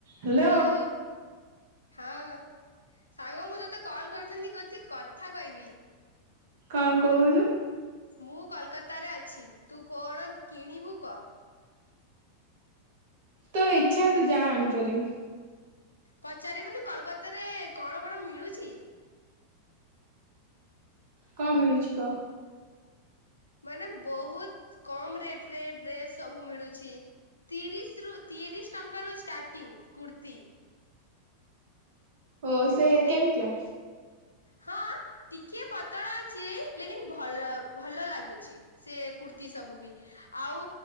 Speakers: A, on the right (about 55°); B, on the left (about 80°).
A: Hello
B: hello. ହଁ ସାଙ୍ଗ ମୁଁ ତତେ କଲ କରିଥିଲି ଗୋଟେ କଥା କହିବି।
A: କଣ କହୁନୁ?
B: ମୁଁ କୋଲକତାରେ ଅଛି ତୁ କଣ କିଣିବୁ କହ?
A: ତୋ ଇଚ୍ଛା ତୁ ଯାହା ଆଣିପାରିବୁ।
B: ପଚାରିବୁନି କୋଲକତାରେ କଣ କଣ ମିଳୁଛି?
A: କଣ ମିଳୁଛି କହ?
B: ମାନେ ବହୁତ କମ୍ ରେଟ ରେ ଡ୍ରେସ୍ ସବୁ ମିଳୁଛି। ତିରିଶ ରୁ ତିରିଶ ଟଙ୍କାରୁ ଷ୍ଟାର୍ଟିଂ କୂର୍ତ୍ତି।
A: ଓ ସେ
B: ଏ
A: କେମିତିଆ?
B: ହଁ ଟିକିଏ ପତଳା ଅଛି ଲେକିନ୍ ଭଲ ଭଲ ଲାଗୁଛି। ସେ କୁର୍ତ୍ତିୀ ସବୁ ବି ଆଉ